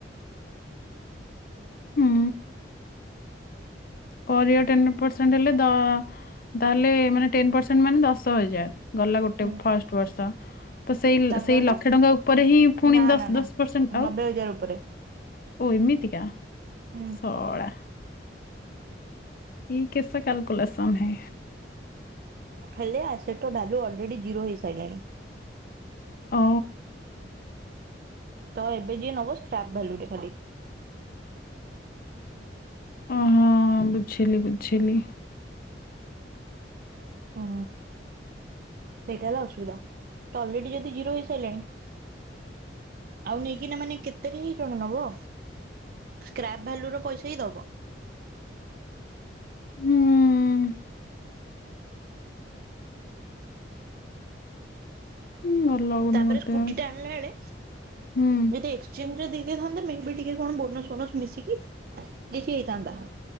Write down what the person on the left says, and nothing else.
ହୁଁ। ପରୟଅର ଟେନ ପରସେଣ୍ଟ ହେଲେ ଦ ତାହେଲେ ମାନେ ଟେନ ପର୍ସେଣ୍ଟ ମାନେ ଦଶ ହଜାର। ଗଲା ଗୋଟେ
ଫଷ୍ଟ ବର୍ଷ। ତ ସେଇ ଲ
ସେଇ ଲକ୍ଷେ ଟଙ୍କା ଉପରେ ହିଁ ପୁଣି
ଦଶ
ଦଶ ପରସେଣ୍ଟ ଆଉ।
ଓ ଏମିତିକା
ସଳା। ଇ କେସା କ୍ୟାଲକୁଲେସନ ହେ।
ଓ।
ଓ ହଁ ବୁଝିଲି ବୁଝିଲି।
ହୁଁ। ହୁଁ, ଭଲ ଲାଗୁନି
ମତେ
ହୁଁ।